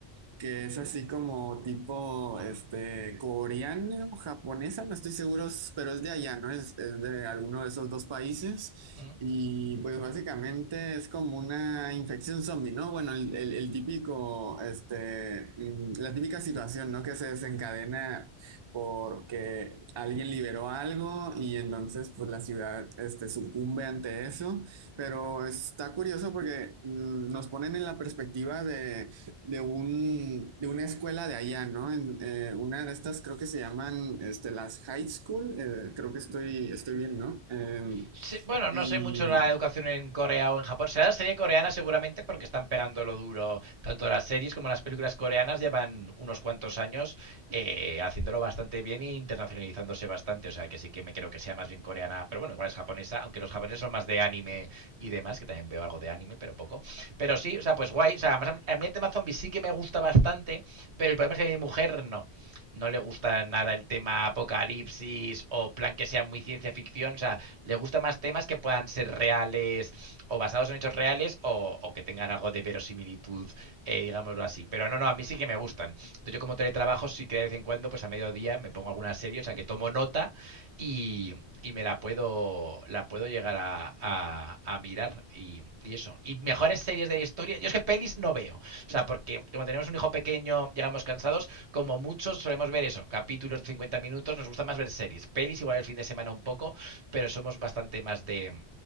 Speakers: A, on the right (about 40°); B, on the right (about 85°).
A: que es así como tipo este coreana o japonesa, no estoy seguro, s- pero es de allá, ¿no? Es, es de alguno de esos dos países.
B: Mm.
A: Y pues básicamente es como una infección zombie, ¿no? Bueno, el, el- el típico, este, mm, la típica situación, ¿no? Que se desencadena porque alguien liberó algo y entonces pues la ciudad, este, sucumbe ante eso. Pero está curioso porque mm, nos ponen en la perspectiva de de un, de una escuela de allá, ¿no? En, eh, una de estas creo que se llaman este, las high school, eh, creo que estoy, estoy bien, ¿no? Eh,
B: Sí, bueno,
A: y
B: no sé mucho la educación en Corea o en Japón. Será la serie coreana seguramente porque están pegando lo duro. Tanto las series como las películas coreanas llevan unos cuantos años eh, haciéndolo bastante bien e internacionalizándose bastante. O sea que sí que me creo que sea más bien coreana, pero bueno, igual es japonesa, aunque los japoneses son más de anime y demás, que también veo algo de anime, pero poco. Pero sí, o sea, pues guay. O sea, además a mí el tema zombie sí que me gusta bastante, pero el problema es que a mi mujer no no le gusta nada el tema apocalipsis o plan que sea muy ciencia ficción. O sea, le gustan más temas que puedan ser reales o basados en hechos reales o, o que tengan algo de verosimilitud, eh, digámoslo así. Pero no, no, a mí sí que me gustan. Entonces, yo como teletrabajo sí que de vez en cuando, pues a mediodía me pongo alguna serie, o sea, que tomo nota y, y me la puedo la puedo llegar a, a, a mirar y, y, eso. Y mejores series de la historia. Yo es que pelis no veo. O sea, porque como tenemos un hijo pequeño, llegamos cansados, como muchos solemos ver eso, capítulos de 50 minutos, nos gusta más ver series. Pelis igual el fin de semana un poco, pero somos bastante más de